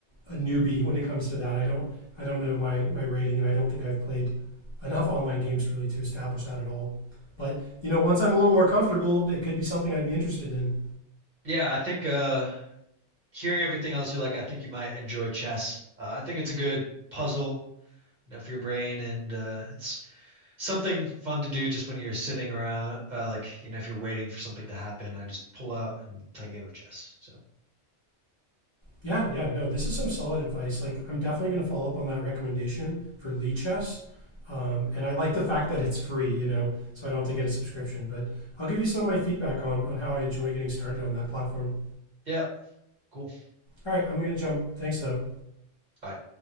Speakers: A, on the left (about 40°); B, on the right (about 45°).
A: a newbie when it comes to that. I don't I don't know my my rating, and I don't think I've played enough online games really to establish that at all. But you know, once I'm a little more comfortable, it could be something I'd be interested in.
B: Yeah, I think uh hearing everything else you like, I think you might enjoy chess. Uh, I think it's a good puzzle, you know, for your brain and uh it's something fun to do just when you're sitting around, uh, like, you know, if you're waiting for something to happen, I just pull out and play a game of chess. So,
A: Yeah, yeah, no, this is some solid advice. Like, I'm definitely going to follow up on that recommendation for Lee Chess. Um, and I like the fact that it's free, you know, so I don't have to get a subscription. But I'll give you some of my feedback on, on how I enjoy getting started on that platform.
B: yeah, cool.
A: All right, I'm going to jump. Thanks, though.
B: Bye.